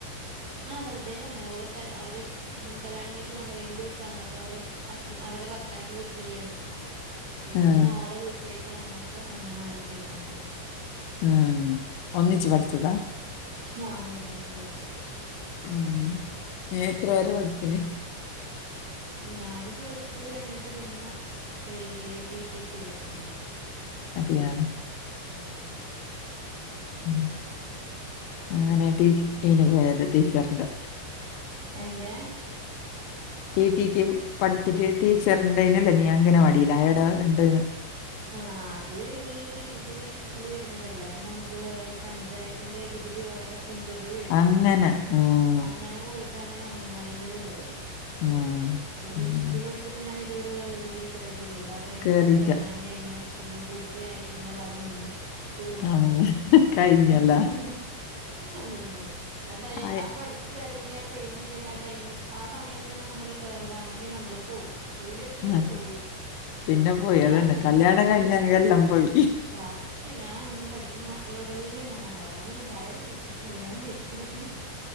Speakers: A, on the right; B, on the left.
A: ആ വെറുതെ വന്ന ഓളെ അവര് കല്യാണം കഴിച്ച് കൊണ്ടോയ് ഇന്ദുസാ അപ്പൊ അവര് ഹസ്ബ അവടെ ഭർത്താവിന്റെ വീട്ടിലല്ലേ നിക്കുവാ ഇന്ന്
B: ആഹ്
A: ഓളെ വീട്ടിലേക്ക് വന്നപ്പോ അങ്ങനെ ഇവിടുത്തേക്ക്‌ വന്നത്
B: ആഹ് ഒന്നിച്ച് പഠിച്ചതാ
A: നമ്മള് ഒരുമിച്ച് പഠിച്ചു
B: ആഹ് നീ എത്ര വരെ പഠിച്ച്ണ്
A: ഞാന് പ്ലസ് ടു കഴിഞ്ഞിട്ട് പിന്നെ ഈ ടി ടി സി പഠിച്ച <unintelligible>
B: അതെയാ
A: ഉം
B: ഉം
A: പിന്നെ
B: അങ്ങനെ ടി ടി ന് പോയത് ടീച്ചറിന്റെ
A: എന്തേ
B: ടി ടി പഠിച്ചിട്ട് ടീച്ചർന്റെനല്ലേ നീ അംഗനവാടിലായെടാ ഇണ്ട്
A: ആഹ് അ അത് ഈ ടി ടി സി പരസ്യത്തില് വരുന്നതല്ലേ അത് നമുക്ക് വേറെ പഞ്ചായത്തിന്റെ ഇതില് വേറെ ഇന്റർവ്യൂ വരും
B: അങ്ങനെ
A: അപ്പ
B: ആഹ്
A: അങ്ങന അങ്ങനെ പോയിട്ട് അങ്ങനെ അംഗനവാടിനന്റെത് കേറിയ്
B: ആഹ്
A: ഈ ടി
B: അങ്ങനെ
A: ടി സി പഠിച്ച് ഞാന് ഇതുവരെ ടീച്ചറായിട്ട്ആട്ട് കേ ആ ടൈമിൽ
B: കേറിറ്റ
A: തന്നെ കല്യാണം കഴിഞ്ഞു പിന്നെ കുട്ടിയായി പിന്നെ അത് അവിടെ നിന്നു തീർന്നു
B: ആഹ് കഴിഞ്ഞല്ല
A: മ് മ് മ് അതന്നെ ആ ടൈ
B: ആയി
A: ആ പഠിച്ചിറങ്ങിയ ആ ട്രെയിനിങ് കഴിഞ്ഞ ആ ടൈമ് ആ സമയത്തന്നെ നമ്മള് കേറളാണെങ്കി നമ്മള് പോവും ഇല്ലേ പിന്നെ
B: ആഹ്
A: പോയി
B: പിന്നെ പോയി
A: ഞാൻ
B: അതന്നെ കല്യാണം
A: ഉം
B: കഴിഞ്ഞ എല്ലാം പോയി
A: സത്യാ ഞാൻ ഇന്ന് പഠിക്കുന്ന മ മക്കളോടെല്ലാം ഞാനതാ പറഞ്ഞേ നിങ്ങള് ദയവ് ചെയ്തിട്ട് കല്യാണം കഴിക്കരുത്